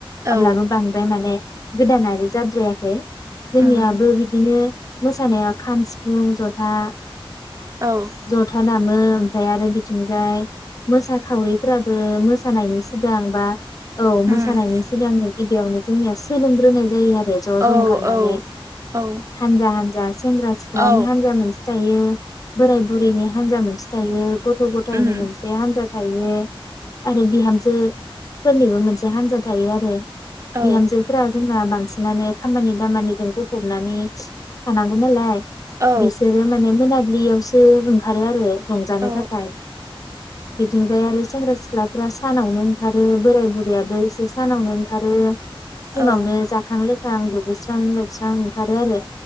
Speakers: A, on the right; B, on the left.
A: औ
B: अब्लाबो बांद्राय माने गोदानारि जाद्रायाखै जोंनियाबो
A: उम
B: बिदिनो मोसानायाव खाम सिफुं जथा
A: औ
B: जथा दा मो ओमफ्राय आरो बिथिंजाय मोसाखावरिफोराबो मोसानायनि सि सिगां बा औ
A: उम
B: मोसानायनि सि <unintelligible> गिबियावनो जोंनिया सोलोंग्रोनाय जायो आ रो ज'
A: औ
B: ज' ओंखारनानै
A: औ औ
B: हानजा हानजा। सेंग्रा सिख्लानि
A: औ
B: हान्जा मोनस थायो बोराय बुरैनि हान्जा मोनसे थायो गथ थ' गथायनि
A: उम
B: मोनसे हान्जा थायो आरो बिहामजो फोरनिबो मोनसे हान्जा थायो आ रो
A: औ
B: बिहामजोफोरा जों ना बांसिनानो खामानि दामानिजों बुंफबनानै थानांगौ नालाय
A: औ
B: बिसोरो माने मोना दुब्लियावसो ओंखारो आरो रंजानो
A: औ
B: थाखाय बिथिंजायारि सेंग्रा सिख्लाफ्रा सानावनो ओंखारो बोराय बुरैयाबो एसे सानावनो ओंथखारो फुंआवनो
A: औ
B: जाखां लोंखां स्रां दुगैस्रां लोब सान ओंखारो आरो